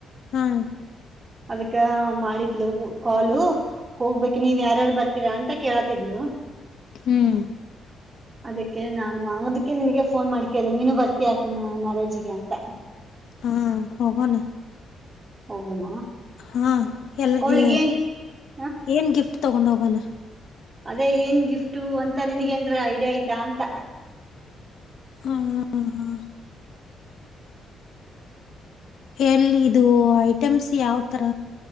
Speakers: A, on the left; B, on the right.
A: ಹಾ
B: ಅದಕ್ಕ ಮಾಡಿದ್ದ ಕಾಲು ಹೋಗ್ಬೇಕ ನೀವ್ ಯಾರ್ಯಾರು ಬರ್ತೀರಾ ಅಂತ ಕೇಳತಿದ್ಲು
A: ಹ್ಮ್
B: ಅದಕ್ಕೆ ನಾನು ಅದಕ್ಕೆ ನಿನಗೆ ಫೋನ್ ಮಾಡ್ಕನೆ ನೀನು ಬರ್ತಿ ಹಾಕ ಮ್ಯಾರೇಜಿಗೆ ಅಂತ
A: ಹಾ ಹೋಗೋಣ
B: ಹೋಗೋಣ
A: ಹಾ ಎಲ್ಲ
B: ಅವಳಿಗೆ
A: ಏ
B: ಹ
A: ಏನ್ ಗಿಫ್ಟ್ ತಗೊಂಡ ಹೋಗೋಣ
B: ಅದೇ ಏನ್ ಗಿಫ್ಟು ಅಂತ ನನ್ಗ ನ್್ರ ಐಡಿಯಾ ಆಯ್ತಾ ಅಂತ
A: ಹಾ ಹಾ ಎಲ್ಲಿ ಇದು ಐಟಮ್ಸ್ ಯಾವತರ